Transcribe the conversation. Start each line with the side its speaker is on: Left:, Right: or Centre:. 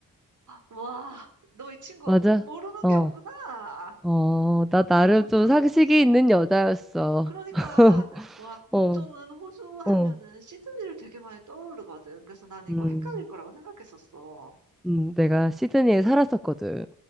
Right: 와, 너 이 친구
Centre: 맞아?
Right: 모르는
Centre: 어,
Right: 게 없구나.
Centre: 어, 나 나름
Right: 보통,
Centre: 좀 상식이
Right: 오,
Centre: 있는 여자였어.
Right: 그러니까,
Centre: <laughs>
Right: 와, 보통은
Centre: 어,
Right: 호주
Centre: 어,
Right: 하면은 시드니를 되게 많이 떠오르거든. 그래서 나는
Centre: 음,
Right: 이거 헷갈릴 거라고 생각했었어.
Centre: 음, 내가 시드니에 살았었거든.